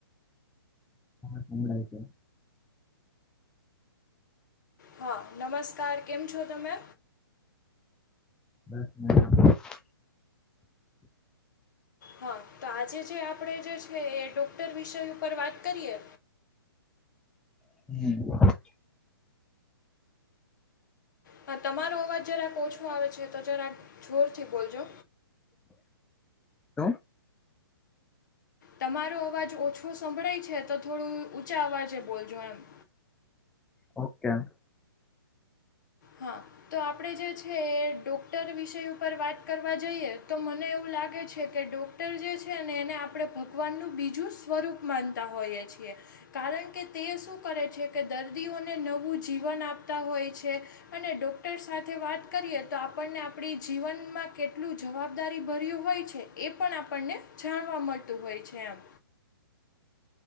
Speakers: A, in the centre; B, on the left.
A: <inaudible>
B: હા નમસ્કાર કેમ છો તમે.
A: <inaudible>
B: હા તો આજે જે આપણે જે છે એ ડોક્ટર વિષય ઉપર વાત કરીએ.
A: <unintelligible>
B: હા તમારો અવાજ જરાક ઓછો આવે છે તો જરાક જોરથી બોલજો.
A: તો.
B: તમારો અવાજ ઓછું સંભળાય છે તો થોડું ઊંચા અવાજે બોલજો એમ,
A: હા કેમ
B: હા. તો આપણે જે છે એ ડૉક્ટર વિષય ઉપર વાત કરવા જઈએ તો મને એવું લાગે છે કે ડોક- ટર જે છે ને એને આપણે ભગવાનનું બીજું સ્વરૂપ માનતા હોઈએ છીએ. કારણ કે તે શું કરે છે કે દર્દીઓને નવું જીવન આપતા હોય છે. અને ડૉક્ટર સાથે વાત કરીએ તો આપણને આપણી જીવનમાં કેટલું જવાબદારી ભર્યું હોય છે એ પણ આપણને જાણવા મળતું હોય છે એમ